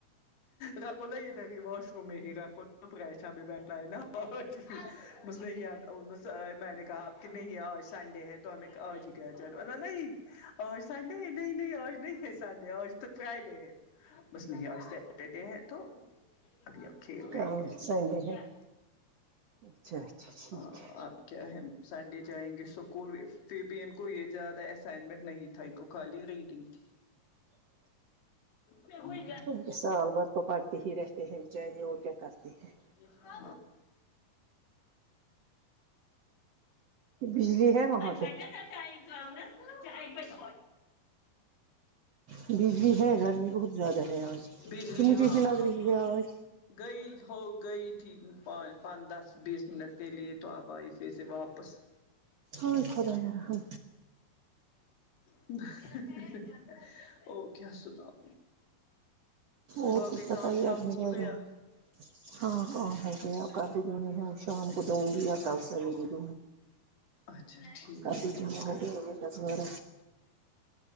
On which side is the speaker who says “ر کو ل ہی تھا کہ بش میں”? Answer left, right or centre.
Left